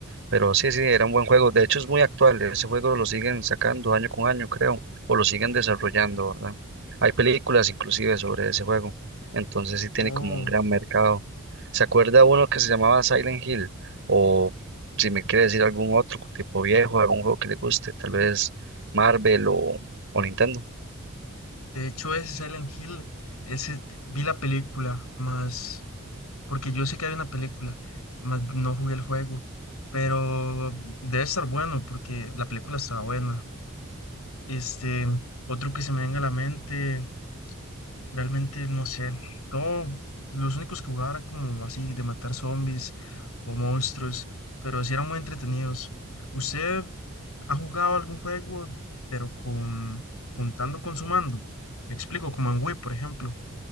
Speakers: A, on the right (about 60°); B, on the left (about 90°).
A: Pero sí, sí, era un buen juego. De hecho, es muy actual. Ese juego lo siguen sacando año con año, creo, o lo siguen desarrollando, ¿verdad? Hay películas inclusive sobre ese juego. Entonces sí tiene
B: Oh,
A: como un gran mercado. ¿Se acuerda uno que se llamaba Silent Hill? O si me quiere decir algún otro tipo viejo, algún juego que le guste, tal vez Marvel o, o Nintendo.
B: de hecho, ese Silent Hill, ese vi la película, más porque yo sé que hay una película, mas no jugué el juego, pero debe estar bueno porque la película está buena. Este, otro que se me venga a la mente, realmente no sé, todo, los únicos que jugaban eran como así de matar zombies o monstruos, pero sí eran muy entretenidos. ¿Usted ha jugado algún juego, pero con juntando con su mando? Me explico, como en Wii, por ejemplo.